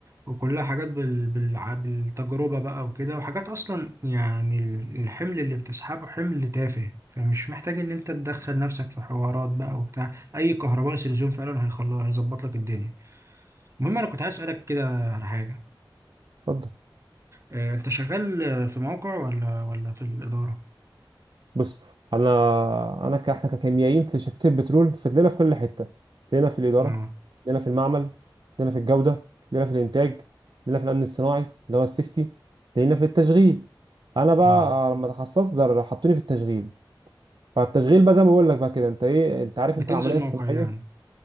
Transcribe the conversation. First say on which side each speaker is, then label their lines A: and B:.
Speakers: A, on the right; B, on the right.
A: وكلها حاجات بال... بال... بالتجربة بقى وكده وحاجات أصلا يعني ال- الحمل اللي بتسحبه حمل تافه فمش محتاج إن أنت تدخل نفسك في حوارات بقى وبتاع أي كهربائي سلزوم فعلا هيخلص هيظبط لك الدنيا المهم أنا كنت عايز أسألك كده على حاجة
B: اتفضل
A: إيه أنت شغال آه، في موقع ولا ولا في الإدارة؟
B: بص انا انا ك... احنا ككيميائيين في شركه البترول فتلاقينا في كل حته تلاقينا في الاداره
A: اه
B: تلاقينا في المعمل تلاقينا في الجوده تلاقينا في الانتاج تلاقينا في الامن الصناعي اللي هو السيفتي تلاقينا في التشغيل انا بقى
A: اه
B: لما تخصصت ده حطوني في التشغيل فالتشغيل بقى زي ما بقول لك بقى كده انت ايه انت عارف
A: بتنزل
B: انت العمليه الصناعيه
A: موقع يعني